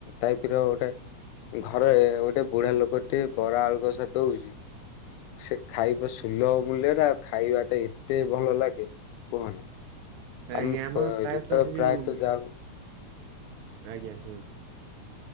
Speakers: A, on the left (about 85°); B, on the right (about 80°).
A: ଟାଇପ୍ ର ଗୋଟେ ଘରେ ଗୋଟେ ବୁଢା ଲୋକ ଟିଏ ବରା ଆଳୁକଷା ଦଉଛି। ସେ ଖାଇବ ସୁଲଭ ମୂଲ୍ୟରେ ଆଉ ଖାଇବାତା ଏତେ ଭଲ ଲାଗେ କୁହନା।
B: ଆଜ୍ଞା
A: ଆମ
B: ଆମର
A: ଅଏ
B: ପ୍ରାୟତଃ
A: ଯେତେବେଳେ
B: ସେ ଯୋଉ
A: ପ୍ରାୟତଃ ଯାଉ
B: ଆଜ୍ଞା କୁହନ୍ତୁ।